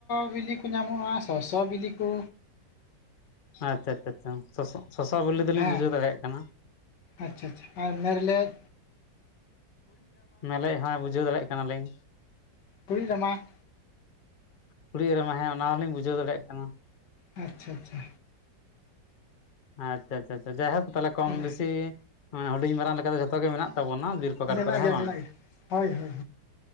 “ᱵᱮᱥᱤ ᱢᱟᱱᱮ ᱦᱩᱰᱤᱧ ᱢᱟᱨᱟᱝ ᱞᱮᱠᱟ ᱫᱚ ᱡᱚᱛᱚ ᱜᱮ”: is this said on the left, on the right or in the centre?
Left